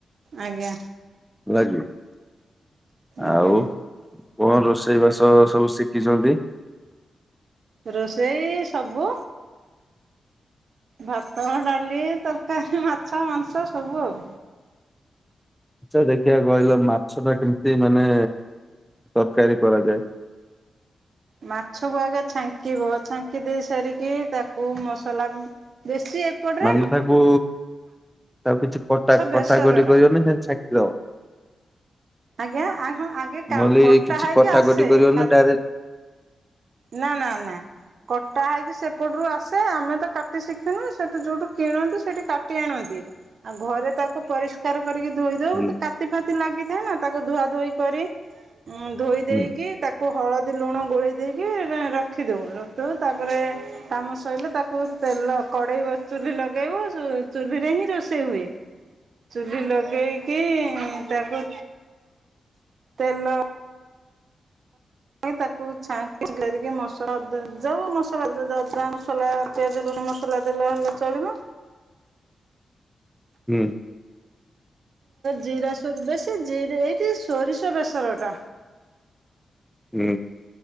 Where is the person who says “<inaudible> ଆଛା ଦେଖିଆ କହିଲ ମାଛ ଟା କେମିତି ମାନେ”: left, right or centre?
Centre